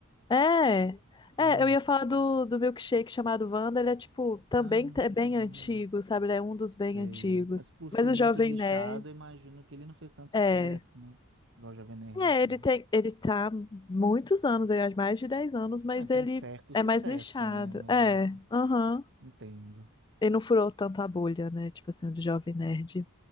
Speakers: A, on the left; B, on the right.
A: é,
B: Muito.
A: é, eu ia falar do, do milkshake chamado Wanda, ele é tipo, também
B: Ah, meu
A: é
B: Chique
A: bem
B: Wanda.
A: antigo, sabe? Ele é um dos bem
B: Sei.
A: antigos.
B: Mas por
A: Mas
B: ser
A: o
B: muito
A: Jovem
B: nichado,
A: Nerd
B: eu imagino que ele não fez tanto
A: é,
B: sucesso, né? Igual Jovem Nerd,
A: é,
B: assim.
A: ele tem, ele tá há muitos anos, ele é mais de 10 anos, mas
B: Mas tem
A: ele
B: certo sucesso,
A: é mais nichado.
B: né? Mas
A: É,
B: não é.
A: aham.
B: Entendo.
A: Ele não furou tanta bolha, né? Tipo assim, o do Jovem Nerd.